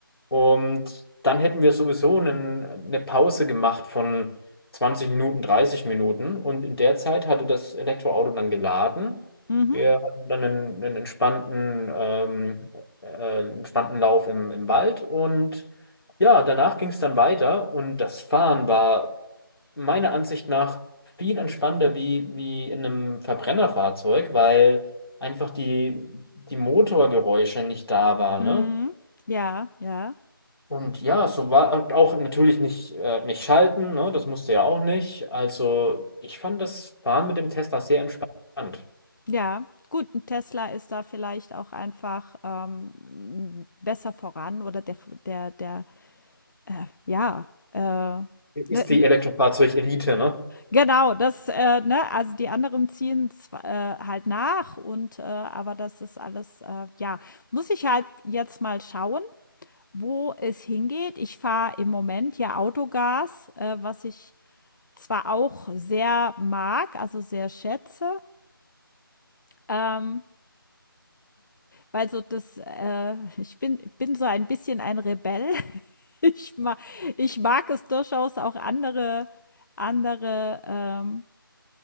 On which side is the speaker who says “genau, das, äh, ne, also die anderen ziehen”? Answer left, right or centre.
Left